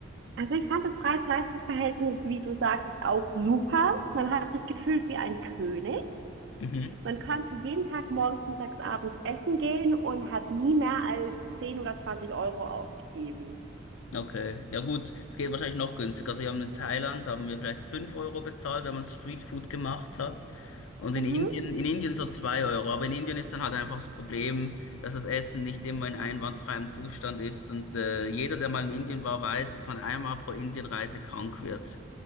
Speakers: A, on the right; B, on the left.
A: Also ich fand das Preis-Leistungs-Verhältnis, wie du sagtest, auch super. Man hat sich gefühlt wie ein König.
B: Mhm.
A: Man konnte jeden Tag morgens, mittags, abends essen gehen und hat nie mehr als 10 oder 20 Euro aufgegeben.
B: Okay. Ja gut, es geht wahrscheinlich noch günstiger. Also wir haben in Thailand, haben wir vielleicht 5 Euro bezahlt, wenn man Streetfood gemacht hat. Und in
A: Mhm.
B: Indien, in Indien so 2 Euro. Aber in Indien ist dann halt einfach das Problem, dass das Essen nicht immer in einwandfreiem Zustand ist. Und äh, jeder, der mal in Indien war, weiß, dass man einmal pro Indienreise krank wird.